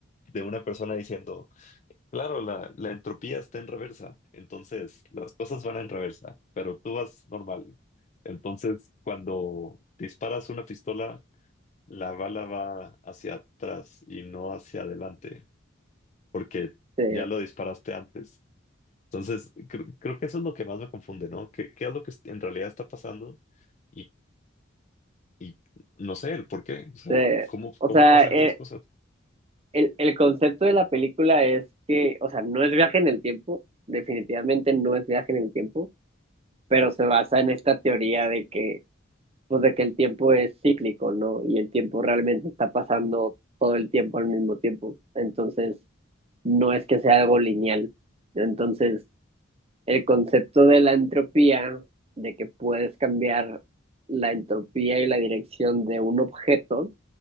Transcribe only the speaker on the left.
de una persona diciendo, claro, la, la entropía está en reversa, entonces las cosas van en reversa, pero tú vas normal. Entonces, cuando disparas una pistola, la bala va hacia atrás y no hacia adelante, porque
ya lo disparaste antes. Entonces, cre- creo que eso es lo que más me confunde, ¿no? ¿Qué, qué es lo que en realidad está pasando? Y, y no sé el por qué, o sea,
c- ¿cómo,
cómo
pasan
esas cosas?